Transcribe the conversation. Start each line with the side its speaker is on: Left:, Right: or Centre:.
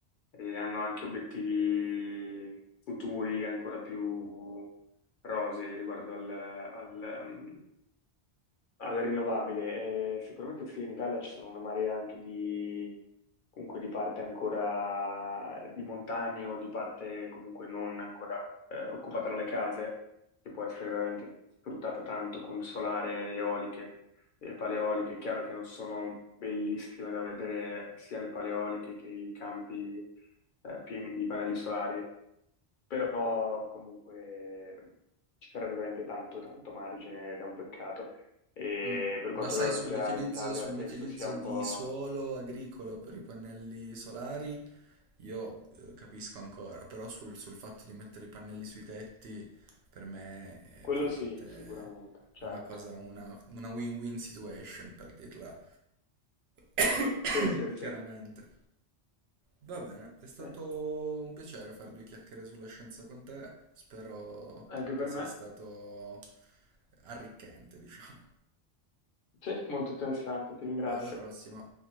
Left: e hanno anche obiettivi futuri ancora più rosei riguardo al, al, ehm, Alla rinnovabile, eh, sicuramente sì, in Italia ci sono una marea anche di, comunque di parte ancora di montagne o di parte comunque non ancora eh, occupata dalle case, che può essere veramente sfruttata tanto con solare, eoliche e paleoliche. È chiaro che non sono bellissime da vedere sia le paleoliche che i campi eh, pieni di pannelli solari, però comunque ci sarebbe veramente tanto, tanto margine ed è un peccato. E
Right: Mm.
Left: per quanto
Right: Ma sai,
Left: riguarda
Right: sull'utilizzo
Left: il nucleare in Italia,
Right: sull'utilizzo
Left: penso sia un
Right: di
Left: po'...
Right: suolo agricolo per i pannelli solari, Io eh, capisco ancora, però sul, sul fatto di mettere i pannelli sui tetti per me è
Left: Quello
Right: veramente
Left: sì, sicuramente, certo.
Right: una cosa, una, una win-win situation per dirla <coughs>
Left: Sì, sì, sì.
Right: chiaramente. Va bene, è stato
Left: Sì,
Right: un piacere fare due chiacchiere sulla scienza con te, spero
Left: Anche
Right: che
Left: per
Right: sia
Left: me.
Right: stato arricchente, diciamo.
Left: Sì, molto interessante, ti ringrazio.
Right: Alla prossima.